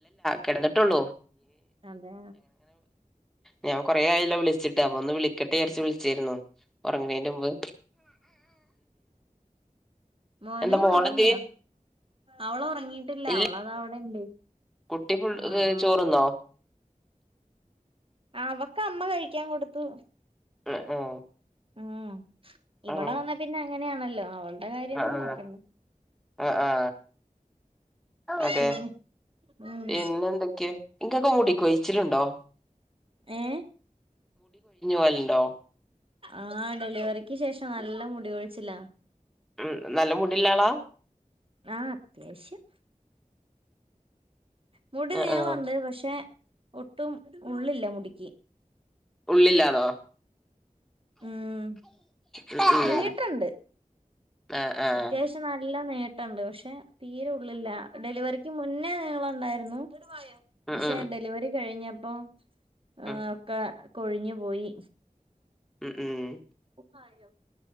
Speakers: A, in the centre; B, on the right.
A: കെടന്നിട്ടുള്ളൂ
B: അതെ
A: ഞാൻ കൊറെ ആയല്ലോ വിളിച്ചിട്ട് അപ്പൊ ഒന്ന് വിളിക്കട്ടെ വിയാരിച്ച് വിളിച്ചേരുന്നു ഉറങ്ങണേന്റെ മുമ്പ്
B: മോനേ
A: എന്താ മോളെന്തിയെ
B: ഒറങ്ങിയോ അവളൊറങ്ങിയിട്ടില്ല
A: ഇല്ല
B: അവളതാ അവിടെണ്ട്
A: കുട്ടി ഫുൾ
B: ആ
A: ഹ്
B: ആ
A: ചോറുന്നോ?
B: അവക്ക് അമ്മ കഴിക്കാൻ കൊടുത്തു
A: അ ആ
B: ആ ഇവടെ
A: ആ
B: വന്നാ പിന്നെ അങ്ങനെയാണല്ലോ അവൾടെ കാര്യോന്നും
A: ആ
B: നോക്കണ്ട
A: ആ അതെ
B: പിന്നെ ഉം
A: പിന്നെ എന്തൊക്കെയ ഇങ്ങൊക്കെ മുടി ക്കോയി ച്ചി ലു ണ്ടോ
B: ഏ
A: പോവലുണ്ടോ
B: ആ ഡെലിവറിക്ക് ശേഷം നല്ല മുടി കോഴിച്ചില
A: ഉം നല്ല മുടില്ലാളാ
B: ആ അത്യാശ്യം മുടി
A: ആഹ്
B: നീളണ്ട്
A: ആഹ്
B: പക്ഷെ ഒട്ടും ഉള്ളില്ല മുടിക്ക്
A: ഉള്ളില്ലാന്നോ
B: ഉം
A: ഉം
B: നി
A: ഉം
B: ട്ട ണ്ട്
A: ആഹ് ആഹ്
B: അത്യാവശ്യം നല്ല നി ട്ട ണ്ട് പക്ഷെ തീരെ ഉള്ളില്ല ഡെലിവറി ക്ക് മുന്നേ നിങ്ങളുണ്ടായിരുന്നു
A: ഉം
B: പക്ഷെ
A: ഉം
B: ഡെലിവറി കഴിഞ്ഞ ആ ആ
A: ഉം
B: ഒക്ക കൊഴിഞ്ഞു പോയി
A: ഉം ഉം
B: ഉഹായോ